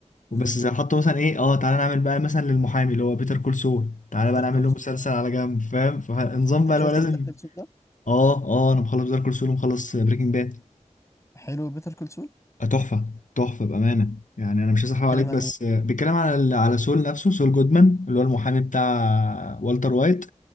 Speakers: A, on the left (about 25°); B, on the left (about 80°).
A: امم
B: بس زي حطوا مثلا ايه اه تعالى نعمل بقى مثلا للمحامي اللي هو بيتر كول سول تعالى
A: بيتر
B: بقى نعمل
A: كول
B: له
A: سول
B: مسلسل
A: ده
B: على جنب فاهم فالنظام
A: انت
B: بقى
A: شفت
B: اللي هو لازم
A: بيتر كول سول ده
B: اه اه انا مخلص بيتر كول سول ومخلص بريكنج باد
A: حلو بيتر كول سول
B: تحفه تحفه بامانه يعني انا مش عايز
A: بيتكلم
B: احرق عليك بس
A: عن ايه
B: آه، بيتكلم على ال- على سول نفسه سول جودمان اللي هو المحامي بتاع والتر وايت